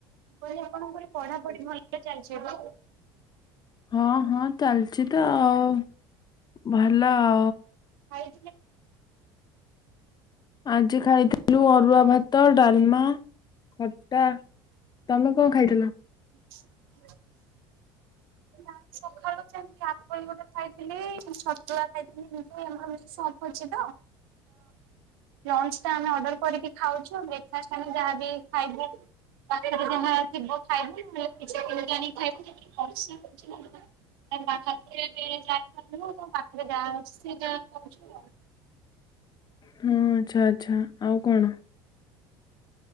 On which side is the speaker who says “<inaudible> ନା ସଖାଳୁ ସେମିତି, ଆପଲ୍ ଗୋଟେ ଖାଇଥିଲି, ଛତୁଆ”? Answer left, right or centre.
Right